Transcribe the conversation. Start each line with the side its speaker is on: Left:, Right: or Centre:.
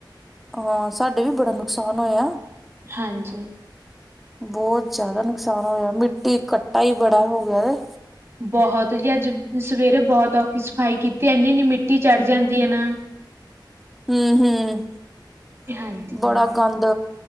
Centre: ਹਾਂ, ਸਾਡੇ ਵੀ ਬੜਾ ਨੁਕਸਾਨ ਹੋਇਆ।
Right: ਹਾਂਜੀ।
Centre: ਬਹੁਤ ਜਿਆਦਾ ਨੁਕਸਾਨ ਹੋਇਆ ਮਿੱਟੀ ਕੱਟਾ ਹੀ ਬੜਾ ਹੋ ਗਿਆ ਤੇ
Right: ਬਹੁਤ ਜੀ ਅੱਜ ਸਵੇਰੇ ਬਹੁਤ ਔਖੀ ਸਫ਼ਾਈ ਕੀਤੀ ਇਨੀ ਇੰਨੀ ਮਿੱਟੀ ਚੜ੍ਹ ਜਾਂਦੀ ਹੈ ਨਾ।
Centre: ਹਮ- ਹਮ
Right: ਹਾਂਜੀ।
Centre: ਬੜਾ ਗੰਦ